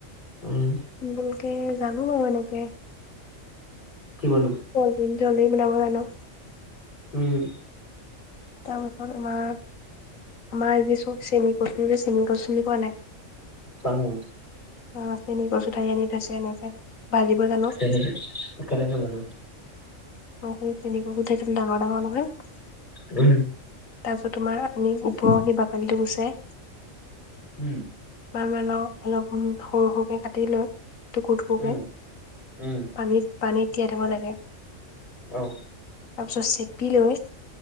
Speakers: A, on the left; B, on the left.
A: উম
B: চিম্পুলকে জানো বাৰু এনেকে
A: কি বনোৱা?
B: <unintelligible>
A: উম।
B: তাৰপাছত আমাৰ আমাৰ আজি চব চেনি কচুৰে, চেনি কচু চিনি পোৱা নে নাই?
A: পাওঁ।
B: অ', চেনি কচু ঠাৰি আনি থৈছে এনেকে, ভাজিব জানো।
A: কেনেকে কেনেকে বনোৱা?
B: <unintelligible> একদম ডাঙৰ ডাঙৰ নহয়।
A: <inaudible> উম।
B: তাৰপিছত তোমাৰ আনি, ওপৰৰ সেই বাকলিটো গুচাই
A: উম।
B: মান অলপ, সৰু সৰুকে কাটি লৈ টুকুৰ টুকুৰকে,
A: উম উম
B: পানীত, পানীত তিয়াই থব লাগে।
A: অ'।
B: তাৰপিছত চেপি লৈ